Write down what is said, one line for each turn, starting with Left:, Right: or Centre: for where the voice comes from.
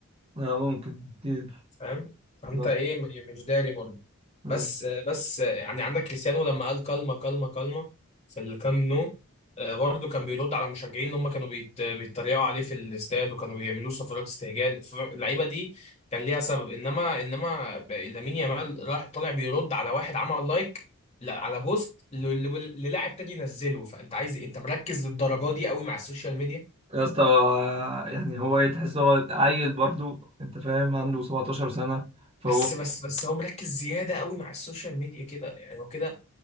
Right: آه، ممكن كتير
Left: فاهم فانت
Right: آه،
Left: ايه م- مش داري برضه
Right: آه.
Left: بس بس يعني عندك كريستيانو لما قال كلمه كلمه كلمه في الكام نو آه، برضه كان بيرد على المشجعين ان هم كانوا بيت- بيتريقوا عليه في الاستاد وكانوا بيعملوا صفارات استهجان ف- اللعيبه دي كان ليها سبب انما انما ب- لامين يامال راح طالع بيرد على واحد عمل لايك لا على بوست ل- ل- للاعب تاني ينزله فانت عايز إيه؟ انت مركز للدرجه دي قوي مع السوشيال ميديا
Right: يا اسطى هو- يعني هو إيه تحس هو عيل برضو أنت فاهم عنده 17 سنة فهو
Left: بس بس بس هو مركز زياده قوي مع السوشيال ميديا كده يعني هو كده